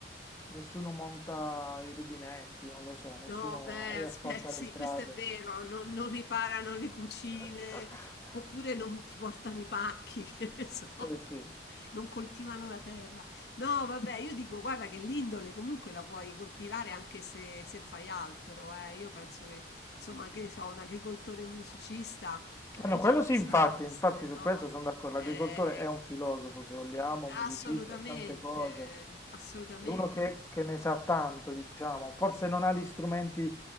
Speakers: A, on the left; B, on the left.
A: nessuno monta i rubinetti, non lo so, nessuno
B: No, beh, aspe
A: asfalta
B: <laughs> sì,
A: le strade.
B: questo è vero, non non riparano le cucine,
A: <laughs>
B: oppure non ti portano i pacchi, <laughs> che ne so,
A: Eh sì.
B: non coltivano la terra. No, vabbè, io dico, guarda che l'indole comunque la puoi coltivare anche se, se fai altro, eh. Io penso che, insomma, che ne so, un agricoltore musicista eh,
A: Ah, no, quello
B: ci possa
A: sì, infatti,
B: essere,
A: infatti su
B: no?
A: questo sono d'accordo.
B: Eh,
A: L'agricoltore è un filosofo, se vogliamo, un musicista,
B: assolutamente,
A: è tante cose.
B: assolutamente.
A: È uno che, che ne sa tanto, diciamo. Forse non ha gli strumenti